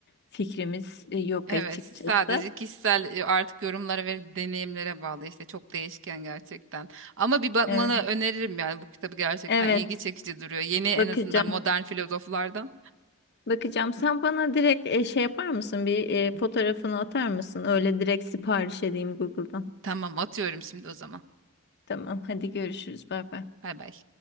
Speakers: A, on the left; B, on the right.
A: fikrimiz e, yok
B: Evet.
A: açıkçası.
B: Sadece kişisel e, artık yorumlara ve deneyimlere bağlı işte çok değişken gerçekten. Ama bir bakmanı
A: Evet,
B: öneririm yani bu kitabı gerçekten
A: evet
B: ilgi çekici duruyor. Yeni en
A: bakacağım.
B: azından modern filozoflardan.
A: Bakacağım. Sen bana direkt e, şey yapar mısın? Bir e, fotoğrafını atar mısın? Öyle direkt sipariş edeyim Google'dan.
B: Tamam atıyorum şimdi o zaman.
A: Tamam, hadi görüşürüz. Bay bay.
B: Bay bay.